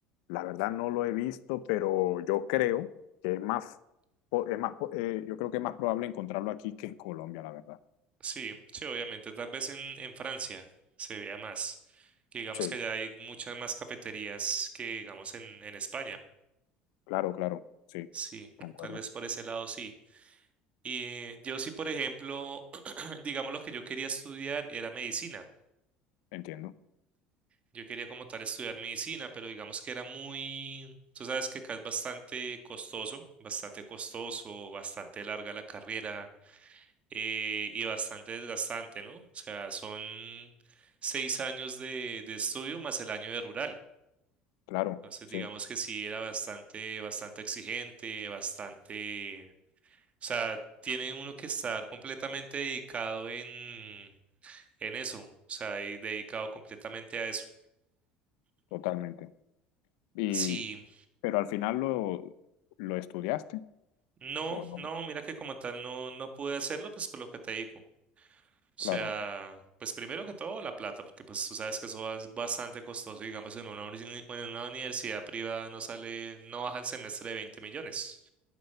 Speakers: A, on the left; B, on the right.
A: La verdad no lo he visto, pero yo creo que es más, po- es más, po- eh, yo creo que es más probable encontrarlo aquí que en Colombia, la verdad.
B: Sí, sí, obviamente. Tal vez en, en Francia se vea más. Que digamos
A: Sí,
B: que allá hay muchas más cafeterías que, digamos, en, en España.
A: claro, claro, sí,
B: Sí,
A: concuerdo,
B: tal vez por ese lado sí. Y yo sí, por ejemplo, <clears throat> digamos lo que yo quería estudiar era medicina.
A: entiendo.
B: Yo quería como tal estudiar medicina, pero digamos que era muy, tú sabes que acá es bastante costoso, bastante costoso, bastante larga la carrera eh, y bastante desgastante, ¿no? O sea, son seis años de, de estudio más el año de rural.
A: Claro,
B: Entonces,
A: sí,
B: digamos que sí era bastante, bastante exigente, bastante, o sea, tiene uno que estar completamente dedicado en, en eso, o sea, y dedicado completamente a eso.
A: totalmente. Y,
B: Sí,
A: pero al final lo, lo estudiaste
B: No,
A: o no?
B: no, mira que como tal no, no pude hacerlo, pues por lo que te digo. O sea,
A: Claro,
B: pues primero que todo la plata, porque pues tú sabes que eso es bastante costoso. Digamos, en una, uni- en una universidad privada no sale, no baja el semestre de 20 millones.